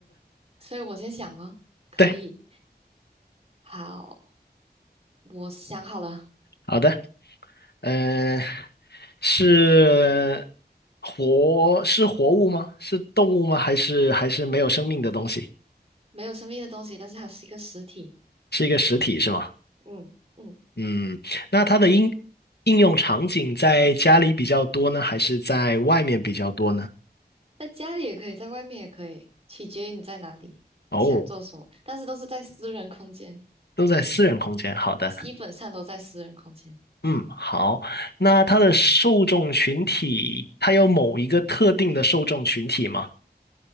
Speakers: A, on the right; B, on the left.
A: 所以我先想吗？
B: <laughs>
A: 可以。
B: 对，
A: 好，我想好了，
B: 好的，嗯、是活是活物吗？是动物吗？还是还是没有生命的东西？
A: 没有生命的东西，但是它是一个实体。
B: 是一个实体是吗？
A: 嗯嗯，
B: 嗯，那它的应应用场景在家里比较多呢，还是在外面比较多呢？
A: 在家里也可以，在外面也可以，取决于你在哪里，
B: 哦，
A: 想做什么，但是都是在私人空间，
B: 都在私人空间。好的。
A: 基本上都在私人空间，
B: 嗯，好。那它的受众群体，它有某一个特定的受众群体吗？